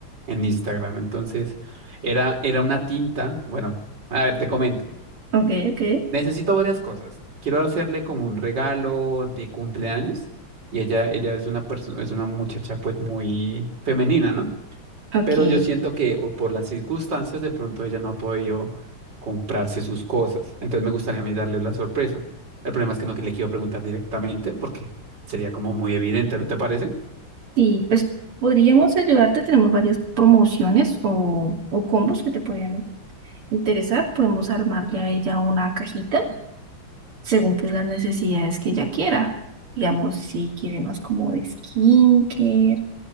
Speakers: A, on the right (about 55°); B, on the right (about 80°).
A: en Instagram. Entonces, era, era una tinta. Bueno, a ver, te comento.
B: Ok, ok.
A: Necesito varias cosas. Quiero hacerle como un regalo de cumpleaños y ella, ella es una persona, es una muchacha pues muy femenina, ¿no?
B: Ok.
A: Pero yo siento que o por las circunstancias de pronto ella no ha podido comprarse sus cosas. Entonces me gustaría a mí darle la sorpresa. El problema es que no que le quiero preguntar directamente porque sería como muy evidente, ¿no te parece?
B: Y pues podríamos ayudarte. Tenemos varias promociones o, o combos que te podrían interesar. Podemos armarle a ella una cajita según pues las necesidades que ella quiera. Digamos, si quiere más como de skincare